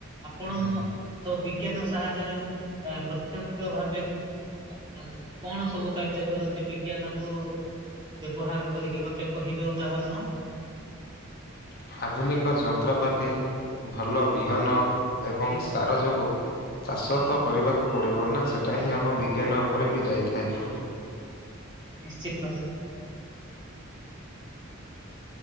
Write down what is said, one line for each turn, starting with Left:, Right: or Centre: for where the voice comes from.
Right: ଆପଣ
Left: ଆଜ୍ଞା।
Right: ତ ବିଜ୍ଞାନ ସାହାଯ୍ୟରେ ପ୍ରତ୍ୟକ ଭାବେ- ଆଛା, କଣ ସବୁ କାର୍ଯ୍ୟ କରନ୍ତି ବିଜ୍ଞାନ କୁ ବ୍ୟବହାର କରିକି, ଗୋଟେ କହିବେ ଉଦାହରଣ
Left: <inaudible> ଆଧୁନିକ ଯନ୍ତ୍ରପାତି ଭଲ ବିହନ ଏବଂ
Right: ନି-
Left: ସାର ଯୋଗୁଁ ଚାଷ ତ କରିବାକୁ ପଡିବ ନା, ସେଟା ହିଁ ଆମ ବିଜ୍ଞାନ ଉପରେ ବି ଯାଇଥାଏ।
Right: ନିଶ୍ଚିତ।